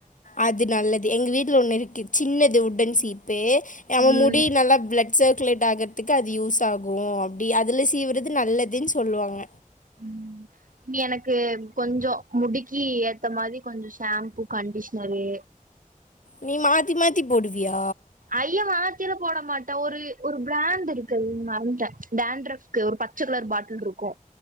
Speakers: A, on the left; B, on the right.
A: அது நல்லது எங்க வீட்ல ஒண்ணு இருக்கு சின்னது உட்டன் சீப். பே அவ
B: ம்
A: முடி நல்லா பிளட் சர்க்குலேட் ஆகறதுக்கு அது யூஸ் ஆகு அப்டி அதுல சீவுறது நல்லதுன்னு சொல்லுவாங்க.
B: ம் நீ எனக்கு கொஞ்சொ முடுக்கி எ அந்த மாரி கொஞ்சோ ஷாம்பூ கண்டிஷ்னரு.
A: நீ மாத்தி மாத்தி போடுவியா?
B: ஐயோ மாத்திர போட மாட். ஒரு ஒரு பிராண்ட் இருக்கு மறந்ட டண்ட்ரஃப்க்கு ஒரு பச்ச கலர் பாட்டில்ட்ருக்கு